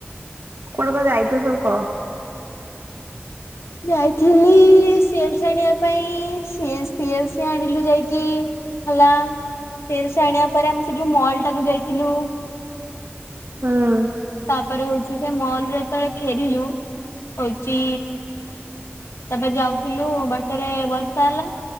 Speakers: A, on the right (about 60°); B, on the left (about 85°).
A: କୁଆଡେ ଯାଇଥଲ ସବୁ କହ?
B: ଯାଇଥିଲି ସି ଏଲ ସି ଆଣିବା ପାଇଁ ସି ଏଲ ସି ଆଣିଲୁ ଯାଇକି ହେଲା ସି ଏଲ ସି ଆଣିବା ପରେ ଆମେ ସେ ଯୋଉ ମଲ୍ ଟାକୁ ଯାଇଥିଲୁ।
A: ହୁଁ।
B: ତାପରେ ହଉଛି ସେ ମଲରୁ ଯେତେଳେ ଫେରିଲୁ ହଉଛି ତାପରେ ଯାଉଥିଲୁ ବାଟରେ ବର୍ଷା ହେଲା।